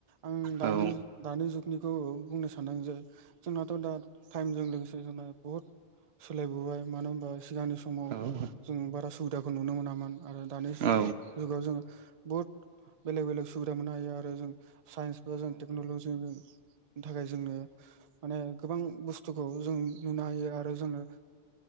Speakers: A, on the right; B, on the right.
A: आं दानि
B: औ
A: दानि जुगनिखौ बुंनो सानदों आं जे जोंनाथ' दा टाइमजों लोगोसे जोंना बहुत सोलायबोबाय मानो होनबा सिगांनि समाव
B: औ
A: जों बारा सुबिदाखौ नुनो मोना मोन आरो दानि
B: औ
A: जुगाव जोङो बुहुद बेलेग बेलेग सुबिदा मोननो हायो आरो जों साइन्स बा जों टेक्न'लजि थाखाय जोंनो माने गोबां बुस्थुखौ जों नुनो हायो आरो जोंनो